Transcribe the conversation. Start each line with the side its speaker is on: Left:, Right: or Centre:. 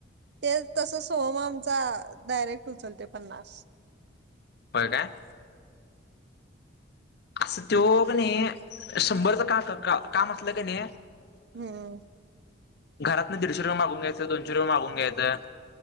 Right: ते तस सोम आमचा डायरेक्ट उचलते पन्नास
Left: होय काय असं तो का नाही शंभरच का काम असलं का नाही
Right: हम्
Left: घरात ना दीडशे रुपये मागून्यायचं दोनशे रुपये मागून घ्यायचं